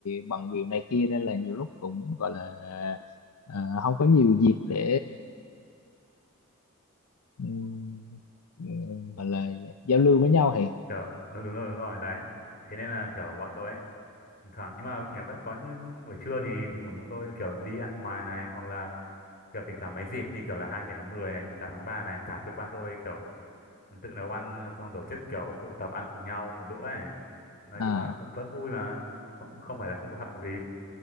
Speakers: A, on the left (about 80°); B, on the left (about 45°).
A: bận việc này kia nên là nhiều lúc cũng gọi là ờ, không có nhiều dịp để ừm, ừm, gọi là giao lưu với nhau thì
B: kiểu đúng, đúng rồi đúng rồi đấy thế nên là kiểu bọn tôi ấy, thỉnh thoảng nhưng mà thỉnh thoảng vẫn có những buổi trưa thì thỉnh thoảng bọn tôi kiểu đi ăn ngoài này hoặc là kiểu thỉnh thoảng mấy dịp như kiểu là 20 tháng 10 này, mùng 8 tháng 3 này cả cơ quan tôi kiểu tự nấu ăn xong tổ chức kiểu tụ tập ăn cùng nhau một bữa ấy. Nói
A: à
B: chung là cũng vẫn vui mà, cũng không phải là không có hoạt động gì.